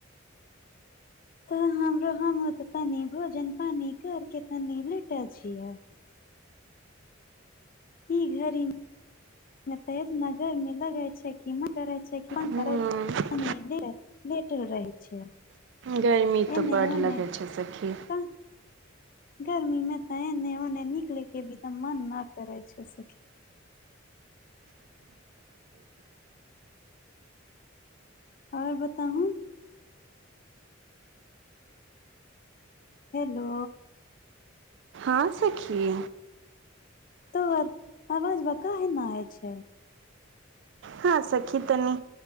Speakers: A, on the left; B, on the right.
A: तऽ हमरो हम तनी भोजन पानी कर के तनी लेटे छियै ई घरी तेज नगर म लग <unintelligible> य छै कन करै छै कन
B: हूँ
A: करै ल <unintelligible> लेटल रहै छै
B: गर्मी
A: एने
B: तऽ बड्ड
A: ओने
B: लगै छै सखी
A: तऽ गर्मी मे तऽ ए ने ओने निकले के भी त मन न करै छै सुखी आओर बताहूँ हेलो
B: हँ सखी
A: तोहर आवाज बा काहे ना आय छै
B: हँ सखी तनी